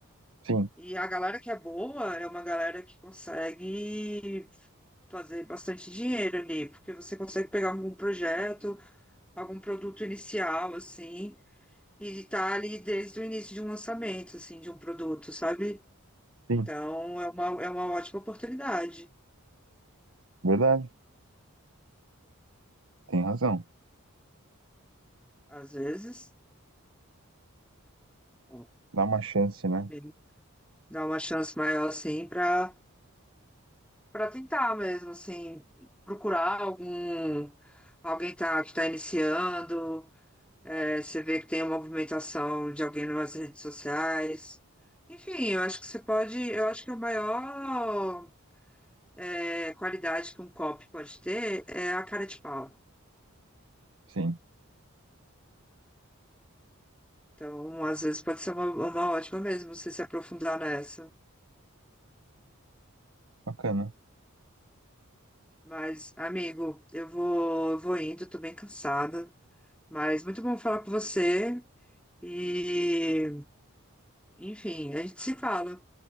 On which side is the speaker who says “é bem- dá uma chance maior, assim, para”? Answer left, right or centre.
Centre